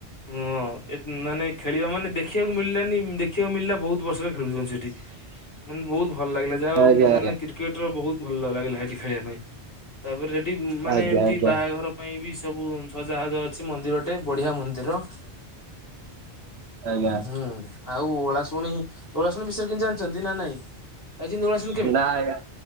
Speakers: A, on the left; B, on the right.
A: ଉଅଁ, ଏ ମାନେ ଖେଳିବା ମାନେ ଦେଖିବାକୁ ମିଳିଲାନି ଦେଖିବାକୁ ମିଳିଲା ବହୁତ ବର୍ଷରେ ଖେଳୁଛନ୍ତି ସେଠି ମାନେ ବହୁତ ଭଲ ଲାଗିଲା। ଯାହା ହଉ
B: ଆଜ୍ଞା
A: ମାନେ କ୍ରିକେଟ୍ ର ବହୁତ ଭଲ ଲାଗିଲା ସେଇଠି ଖେଳିବା ପାଇଁ। ତାପରେ ସେଠି ମାନେ
B: ଆଜ୍ଞା
A: ଏମତି
B: ଆଜ୍ଞା
A: ବାହାଘର ପାଇଁ ବି ସବୁ ସଜାହାଜ ଅଛି ମନ୍ଦିର ଟେ ବଢିଆ ମନ୍ଦିର।
B: ଆଜ୍ଞା ଆଜ୍ଞା
A: ହୁଁ, ଆଉ ଓଳାଶୁଣି ଓଳାଶୁଣି ବିଷୟରେ କି ଜାଣିଚନ୍ତି ନା ନାଇଁ? ଆ, ଯେମିତି ଓଳାଶୁଣି
B: ନା ଆଜ୍ଞା,